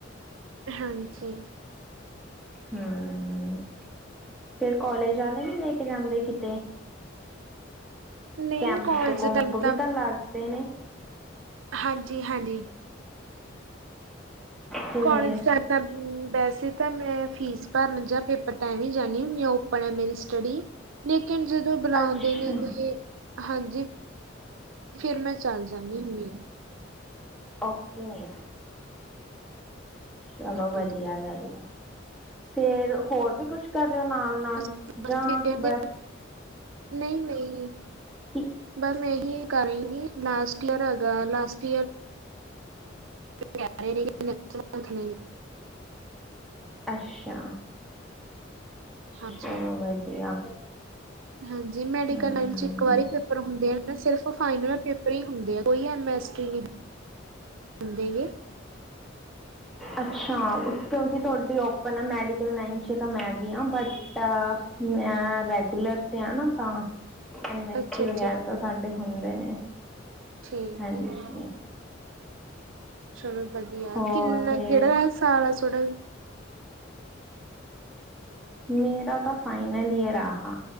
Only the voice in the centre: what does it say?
ਹਮ। ਫੇਰ ਕੋਲੇਜ ਵਾਲੇ ਨੀ ਲੈ ਕੇ ਜਾਂਦੇ ਕਿਤੇ।
ਕੈਂਮਪ
ਕੂਮਪ
ਵੀ ਤਾਂ ਲੱਗਦੇ ਨੇ।
ਫੇਰ
ਅੱਛਾ
ਓਕੇ। ਚਲੋ ਵਧੀਆ
ਗੱਲ ਹੈ। ਫੇਰ ਹੋਰ ਵੀ ਕੁਛ ਕਰਿਓ ਨਾਲ-ਨਾਲ
ਜਾਂ
ਬਸ
ਕਿ
ਅੱਛਾ
ਚਲੋ ਵਧੀਆ।
ਹਮ
ਅੱਛਾ ਕਿਉਂਕਿ ਤੁਹਾਡੀ ਓਪਨ ਆ ਮੈਡੀਕਲ ਲਾਈਨ ਚ ਤਾਂ ਮੈਂ ਵੀ ਹਾਂ ਬਟ ਮੈਂ ਰੈਗੂਲਰ ਤੇ ਆ ਨਾ ਤਾਂ ਐਮ-ਐਸ
ਹ ਵਗੈਰਾ
ਤਾਂ ਸਾਡੇ ਹੁੰਦੇ ਨੇ।
ਹਾਂਜੀ
ਹੋਰ
ਫਿਰ
ਮੇਰਾ ਤਾਂ ਫਾਈਨਲ ਈਅਰ ਆ